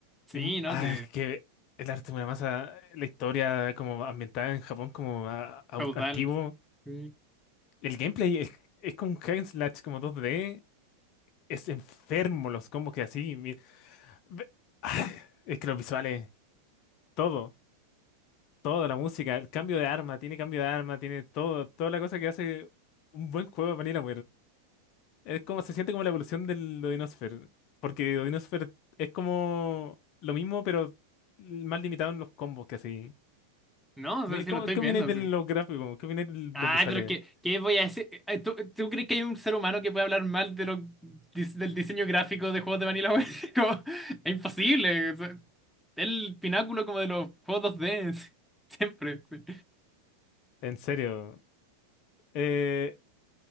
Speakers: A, in the centre; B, on the left.
A: Sí,
B: Y, m-
A: no,
B: ah,
A: sí.
B: es que el arte de Muramasa, la historia como ambientada en Japón como a- au-
A: Feudal.
B: antiguo.
A: Sí.
B: El gameplay es, es con hack and slash como 2D. Es enfermo los combos que así. mi- ve- ah, es que los visuales, todo, toda la música, el cambio de arma, tiene cambio de arma, tiene todo, toda la cosa que hace un buen juego de Vanilla Es como se siente como la evolución del Odinosphere. Porque Odinosphere es como lo mismo, pero más limitado en los combos que así.
A: No, o
B: Mi-
A: sea, sí
B: ¿cómo-
A: lo estoy
B: ¿Qué
A: viendo,
B: opináis de
A: sí.
B: los gráficos? ¿Qué opináis de
A: Ay,
B: los visuales?
A: pero ¿qué, qué voy a decir? Eh, ¿Tú, tú crees que hay un ser humano que puede hablar mal de lo, dis- del diseño gráfico de juegos de Vanilla Ware? <laughs> Como, es imposible. o sea, El pináculo como de los juegos 2D. sí, <laughs> Siempre. sí.
B: En serio. Eh,